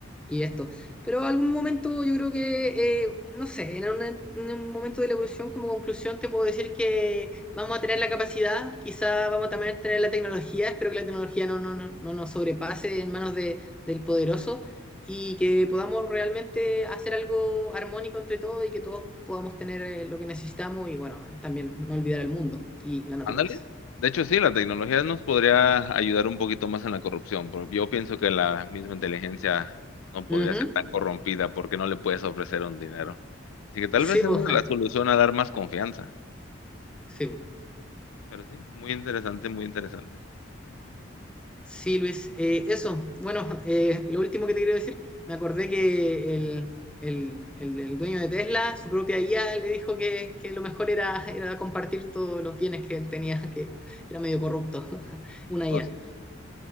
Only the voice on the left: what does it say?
Ándale. De hecho, sí, la tecnología nos podría ayudar un poquito más en la corrupción, pero yo pienso que la misma inteligencia no podría
ser tan corrompida porque no le puedes ofrecer un dinero. Así que tal
vez esa
es
la solución a dar más confianza.
Pero sí, muy interesante, muy interesante.
Awesome.